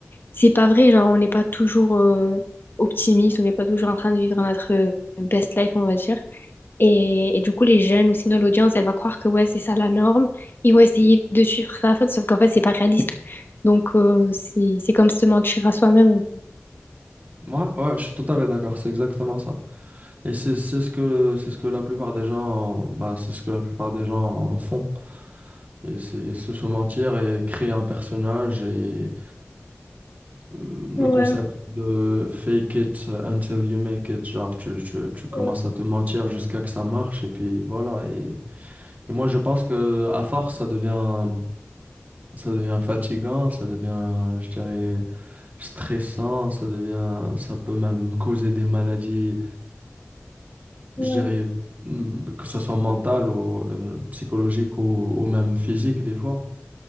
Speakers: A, on the left; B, on the right.
A: C'est pas vrai, genre on n'est pas toujours euh, optimiste, on n'est pas toujours en train de vivre notre euh, best life, on va dire. Et, et du coup, les jeunes ou sinon l'audience, elle va croire que ouais, c'est ça la norme. Ils vont essayer de suivre ça sauf qu'en fait, c'est pas réaliste. Donc, euh, c'est c'est comme se mentir à soi-même.
B: moi ouais, je suis tout à fait d'accord, c'est exactement ça. Et c'est c'est ce que c'est ce que la plupart des gens bah, c'est ce que la plupart des gens font. Et c'est se se mentir et créer un personnage et euh,
A: Ouais,
B: le concept de fake it until you make it, genre tu, tu, tu commences
A: ouais,
B: à te mentir jusqu'à que ça marche et puis voilà. Et, et moi je pense que à force ça devient ça devient fatigant, ça devient je dirais stressant, ça devient ça peut même causer des maladies
A: ouais,
B: je dirais, mm, que ce soit mental ou euh, psychologique ou, ou même physique des fois.